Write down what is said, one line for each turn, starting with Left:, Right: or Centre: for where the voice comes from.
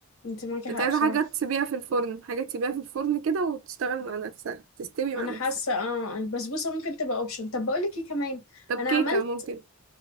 Left: انت معاكي حق
Right: انت عايزة
Left: بصراحة
Right: حاجة تسيبيها في الفرن حاجة تسيبيها في الفرن كده وتشتغل مع نفسها تستوي
Left: انا
Right: مع نفسها
Left: حاسة اه البسبوسة ممكن تبقى اوبشن طب بقول لك ايه كمان
Right: طب
Left: انا
Right: كيكة
Left: عملت
Right: ممكن